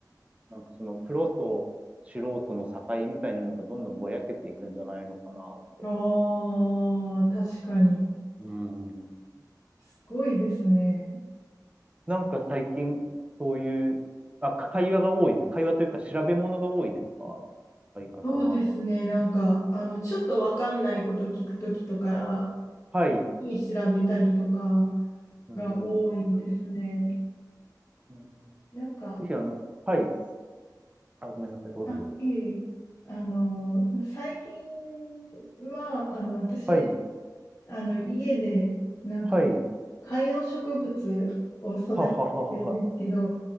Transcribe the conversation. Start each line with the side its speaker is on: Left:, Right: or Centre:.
Right: なんかそのプロと素人の境みたいなのがどんどんぼやけていくんじゃないのかなって。
Left: ああ、確かに。
Right: うん。
Left: すごいですね。
Right: なんか最近、そういう、あ、か会話が多いです。会話というか調べ物が多いですか相方は。
Left: そうですね。なんか、あの、ちょっとわかんないこと聞くときとか
Right: はい。
Left: に調べたりとか
Right: うん、
Left: が多いですね。
Right: うん、うん、うん。うん
Left: なんか、
Right: ぜひ、あの、はい。あ、ごめんなさい。どうぞどうぞ。
Left: あ、いえ、あの、最近は、あの、私、
Right: はい。
Left: あの、家で、なんか、
Right: はい。
Left: 観葉植物を育ててるんですけど、
Right: ははははは。